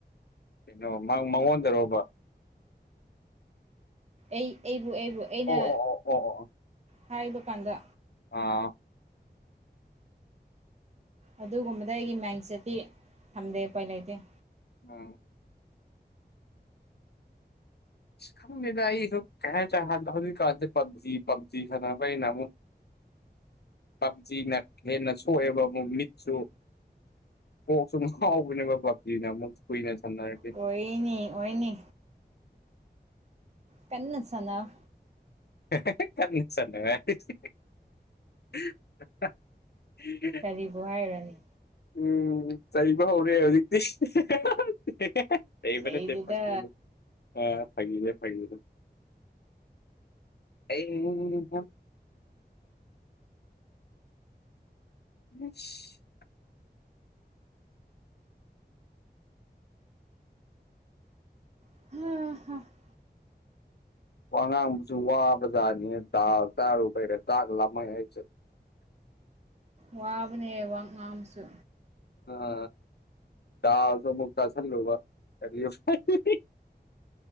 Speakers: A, on the left (about 70°); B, on the right (about 40°).
A: ꯀꯩꯅꯣ ꯃꯥꯛ ꯃꯪꯉꯣꯟꯗꯔꯣꯕ
B: ꯑꯩ ꯑꯩꯕꯨ ꯑꯩꯕꯨ ꯑꯩꯅ
A: ꯑꯣ ꯑꯣ ꯑꯣ ꯑꯣ ꯑꯣ
B: ꯍꯥꯏꯕ ꯀꯥꯟꯗ
A: ꯑꯥ
B: ꯑꯗꯨꯒꯨꯝꯕꯗ ꯑꯩꯒꯤ ꯃꯥꯏꯟꯁꯦꯠꯇꯤ ꯊꯝꯗꯦ ꯎꯄꯥꯏ ꯂꯩꯇꯦ
A: ꯎꯝ ꯑꯁ ꯈꯪꯗꯦꯗꯥ ꯑꯩ ꯀꯩ ꯍꯥꯏꯖꯤꯔ ꯍꯥꯟ ꯍꯧꯖꯤꯛꯀꯥꯟꯖꯦ ꯄꯞꯖꯤ ꯄꯞꯖꯤ ꯁꯥꯅꯔꯛꯄꯩ ꯑꯩꯅ ꯑꯃꯨꯛ ꯄꯞꯖꯤꯅ ꯍꯦꯟꯅ ꯁꯣꯛꯑꯦꯕ ꯑꯃꯨꯛ ꯃꯤꯠꯁꯨ ꯀꯣꯛꯁꯨꯨꯟ ꯉꯥꯎꯕꯅꯦꯕ ꯄꯞꯖꯤꯅ ꯑꯃꯨꯛ ꯀꯨꯏꯅ ꯁꯟꯅꯔꯗꯤ
B: ꯑꯣꯏꯅꯤ ꯑꯣꯏꯅꯤ ꯀꯟꯅ ꯁꯥꯅꯧ
A: <inaudible> <unintelligible>
B: ꯀꯔꯤꯕꯨ ꯍꯥꯏꯔꯨꯔꯅꯤ
A: ꯎꯝ ꯆꯩꯕ ꯍꯧꯔꯦ ꯍꯧꯖꯤꯛꯇꯤ꯫ <unintelligible> ꯆꯩꯕ
B: ꯁꯤꯗꯩꯗꯨꯗ
A: ꯅꯠꯇꯦ ꯐꯥꯒꯤꯅꯤ ꯑ ꯐꯥꯒꯤꯅꯦ ꯐꯥꯒꯤ꯫ <unintelligible> <unintelligible>
B: <unintelligible>
A: ꯋꯥꯉꯥꯡꯕꯁꯨ ꯋꯥꯕ ꯖꯥꯠꯅꯤ ꯗꯥꯜ ꯆꯥꯔꯨꯕꯩꯔ ꯆꯥꯛ ꯂꯥꯃꯩ ꯑꯩꯁꯨ꯫
B: ꯋꯥꯕꯅꯦ ꯋꯥ ꯉꯥꯡꯕꯁꯨ꯫
A: ꯑ ꯗꯥꯜꯁꯨ ꯑꯃꯨꯛ ꯆꯥꯁꯜꯂꯨꯕ꯫ <unintelligible>